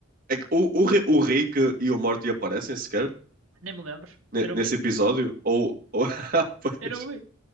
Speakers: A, on the right; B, on the right.
A: É que o, o, Ri- o Rick e o Morty aparecem sequer
B: nem me lembro.
A: ne-
B: Eu não
A: nesse
B: vi?
A: episódio? Ou. ou... <laughs> Pois.
B: Eu não vi.